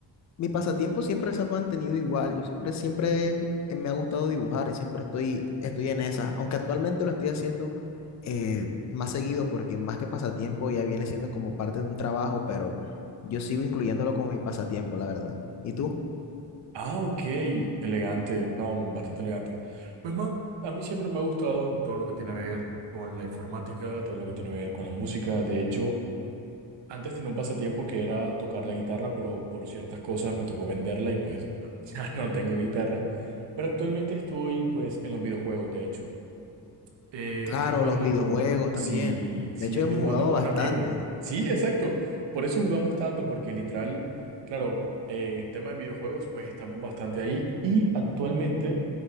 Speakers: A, on the left; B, on the right.
A: mi pasatiempo siempre se ha mantenido igual. Yo siempre, siempre eh, me ha gustado dibujar y siempre estoy, estoy en esa. Aunque actualmente lo estoy haciendo eh, más seguido porque más que pasatiempo ya viene siendo como parte de un trabajo, pero yo sigo incluyéndolo como mi pasatiempo, la verdad. ¿Y tú?
B: Ah, ok, elegante, no, bastante elegante. Pues man, a mí siempre me ha gustado todo lo que tiene que ver con la informática, todo lo que tiene que ver con la música. De hecho, antes tenía un pasatiempo que era tocar la guitarra, pero por ciertas cosas me tocó venderla y pues <laughs> ya no tengo guitarra. Pero actualmente estoy pues en los videojuegos, de hecho. eh,
A: Claro,
B: estoy jugando
A: los videojuegos
B: con...
A: también.
B: Sí, sí,
A: De hecho,
B: estoy
A: hemos
B: jugando
A: jugado
B: con
A: bastante.
B: un amigo. Sí, exacto. Por eso jugamos tanto, porque literal, claro, eh, en tema de videojuegos, pues estamos bastante ahí. Y actualmente